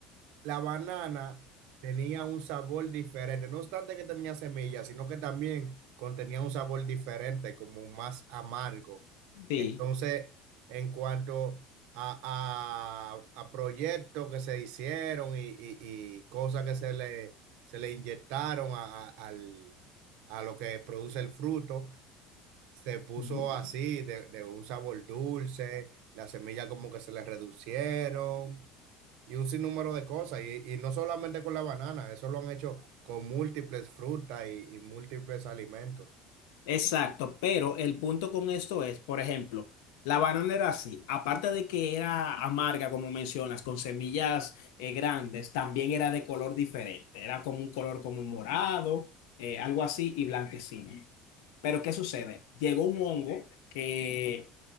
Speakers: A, on the right; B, on the left.
A: la banana tenía un sabor diferente, no obstante que tenía semillas, sino que también contenía un sabor diferente, como más amargo.
B: Sí.
A: Entonces, en cuanto a, a- a proyectos que se hicieron y, y- y cosas que se le, se le inyectaron a a- al- a lo que produce el fruto, se puso
B: Ujú.
A: así, de, de un sabor dulce, las semillas como que se le reducieron y un sinnúmero de cosas. Y, y no solamente con la banana, eso lo han hecho con múltiples frutas y, y múltiples alimentos.
B: Exacto, pero el punto con esto es, por ejemplo, la banana era así, aparte de que era amarga, como mencionas, con semillas eh, grandes, también era de color diferente, era como un color como morado, eh, algo así, y blanquecino. Pero ¿qué sucede? Llegó un hongo que